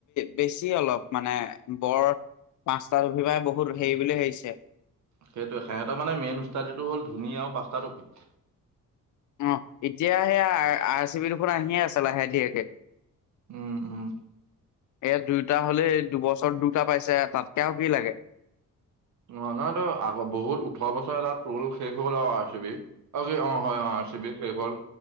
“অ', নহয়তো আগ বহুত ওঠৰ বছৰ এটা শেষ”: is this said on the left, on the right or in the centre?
Right